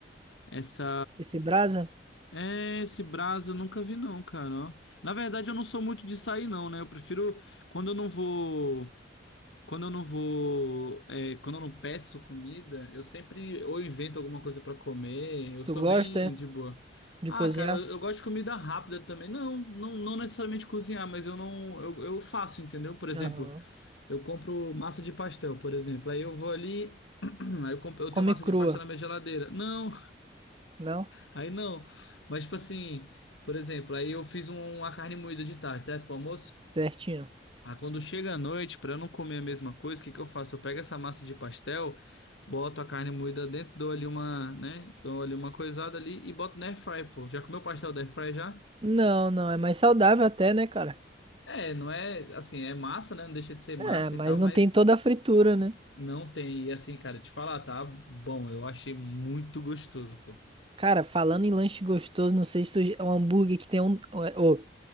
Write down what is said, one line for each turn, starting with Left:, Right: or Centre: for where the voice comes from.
Left: Essa.
Right: Esse Brasa,
Left: É, esse Brás eu nunca vi não, cara. ó. Na verdade, eu não sou muito de sair não, né? Eu prefiro quando eu não vou, quando eu não vou, é, quando eu não peço comida, eu sempre ou invento alguma coisa pra comer. Eu sou
Right: tu gosta?
Left: bem
Right: é?
Left: de boa.
Right: De
Left: Ah,
Right: cozinhar?
Left: cara, eu gosto de comida rápida também. Não, não, não necessariamente cozinhar, mas eu não, eu, eu faço, entendeu? Por exemplo,
Right: Aham.
Left: eu compro massa de pastel, por exemplo. Aí eu vou ali, <clears throat> aí eu, compro, eu
Right: Come
Left: tenho massa
Right: crua,
Left: de pastel na minha geladeira. Não,
Right: não?
Left: Aí não. Mas, tipo assim, por exemplo, aí eu fiz um- uma carne moída de tarde, certo? Pro almoço.
Right: Certinho.
Left: Aí quando chega a noite, pra eu não comer a mesma coisa, o que que eu faço? Eu pego essa massa de pastel, boto a carne moída dentro, dou ali uma, né? Dou ali uma coisada ali e boto na air fry, pô. Já comeu pastel da air fry já?
Right: Não, não, é mais saudável até, né, cara?
Left: É, não é, assim, é massa, né? Não deixa de ser massa
Right: É, mas
Left: e tal,
Right: não
Left: mas
Right: tem toda a fritura, né?
Left: não tem. E assim, cara, te falar, tá bom, eu achei muito gostoso, pô.
Right: Cara, falando em lanche gostoso, não sei se tu... é um hambúrguer que tem um... Ou,